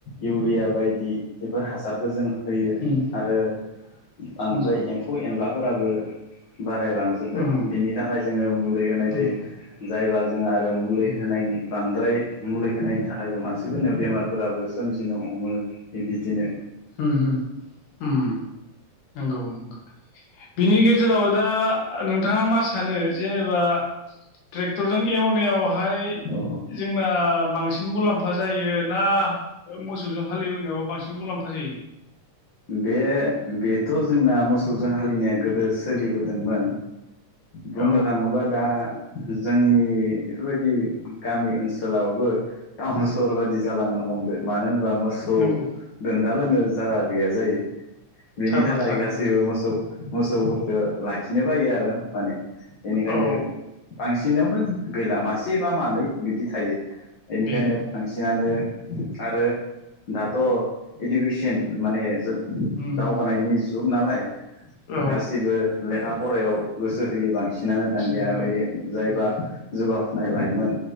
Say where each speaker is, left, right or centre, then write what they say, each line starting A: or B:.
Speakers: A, on the left; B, on the left.
A: इउरिया बायदि बेफोर हासारखौ जों होयो
B: उम
A: आरो बांद्राय
B: उम
A: एम्फौ एनलाफोराबो बारायलांजोब्बाय
B: उम
A: बिनि थाखाय जोङो मुलि होनाय
B: नंगौ
A: जायो। जायबा जोंहा आरो मुलि
B: उम
A: होनायनि बांद्राय मुलि होनायनि थाखायबो मानसिफोरनि बेमारफोराबो सोमजिनो हमो बिदिनो।
B: हुम हुम हुम। नंगौ नंगौ बिनि गेजेराव दा नोंथाङा मा सानो जेनेबा ट्रेक्टरजों एवनायावहाय
A: औ
B: जोंना बांसिन मुलाम्फा जायो ना मोसौजों हालेवनायाव बांसिन मुलाम्फा जायो।
A: बे बेथ' जोंना मोसौजों हालेवनाया गोदो सोलिबोदोंमोन। बुंनो
B: औ
A: थाङोबा दा जोंनि बेफोरबायदि गामि ओनसोलावबो टाउन सहर बादि जालांनो हमदों मानो होनबा मोसौ
B: नंगौ
A: दोनदालोनो जायगा गैया जायो। बेनि
B: थार
A: थाखाय
B: बाथ्रा
A: गासैबो
B: उम
A: मोसौ मोसौफोरखौ लाखिनो बायो आरो माने। बेनिखायनो
B: औ
A: बांसिनावनो गैला मासे बा मानै बिदि थायो बेनिखायनो
B: बेनो
A: बांसिनानो
B: बेनो
A: आरो दाथ' इडुकेसन माने जों
B: उम
A: दावगानायनि
B: उम
A: जुग नालाय
B: औ
A: गासिबो लेखा फरायाव गोसो होयो बांसिनानो दानिया
B: गोसो होयो
A: जायबा
B: उम
A: जौगाफुनाय लाइमोन